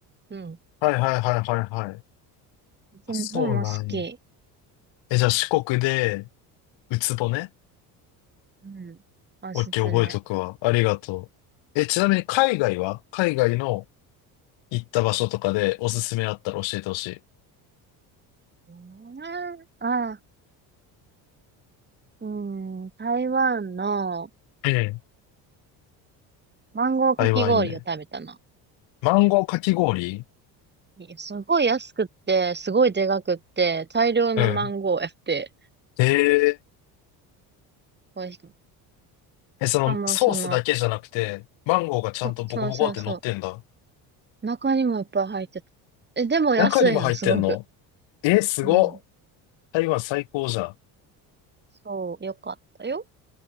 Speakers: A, on the right; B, on the left.
A: うん。
B: はいはいはいはいはい。
A: うちの方も好き。
B: あ、そうなんや。え、じゃあ四国で、ウツボね。
A: うん。おすすめ。
B: オッケー、覚えとくわ。ありがとう。え、ちなみに海外は海外の行った場所とかでおすすめあったら教えてほしい。
A: うん、ああ。うん、台湾の
B: ええ。
A: マンゴーかき氷を食べたの。
B: 台湾いいね。マンゴーかき氷
A: すごい安くって、すごいでかくって、大量のマンゴーやって、
B: うん。ええ
A: 美味しく。し
B: え、そのソースだけじゃなくて、
A: かも、その、
B: マンゴーがちゃんとボコボコって乗ってんだ。
A: そうそうそうそう、中にもいっぱい入ってた。え、でも安いの、
B: 中にも入ってんの
A: すごく。
B: えー、すごっ。
A: うん。
B: 台湾最高じゃん。
A: そう、よかったよ。